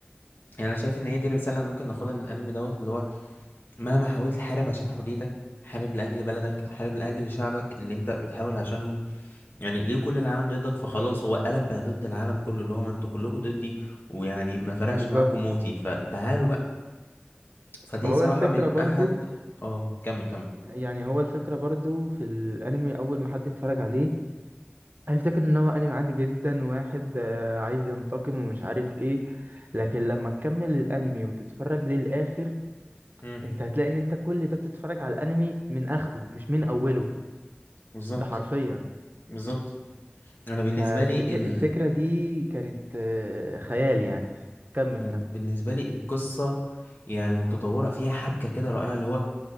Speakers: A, on the left (about 60°); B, on the right (about 50°).
A: يعني انا شايف ان هي دي الرساله اللي ممكن ناخدها من الانمي دوت اللي هو مهما حاولت حارب عشان حريتك حارب لاجل بلدك حارب لاجل شعبك اللي انت بتحاول عشانهم يعني ليه كل العالم ضدك فخلاص هو قلب بقى ضد العالم كله اللي هو ما انتوا كلكم ضدي ويعني ما فرقش
B: بالظبط
A: معاكم موتي فتعالوا بقى فدي
B: وهو
A: صراحه
B: الفكرة
A: من
B: برضو
A: احد اه كمل كمل
B: يعني هو الفكرة برضو في الأنمي أول ما حد يتفرج عليه هيفتكر ان هو انمي عادي جدا واحد آه، عايز ينتقم ومش عارف ايه لكن لما تكمل الانمي وتتفرج للاخر
A: امم
B: انت هتلاقي ان انت كل ده بتتفرج على الانمي من اخره مش من اوله
A: بالظبط
B: ده حرفيا
A: بالظبط انا بالنسبه
B: ففكر
A: لي ال...
B: الفكرة دي كانت آه، خيال يعني كمل
A: أنا
B: كمل
A: بالنسبه لي القصه يعني وتطورها فيها حبكه كده رائعه اللي هو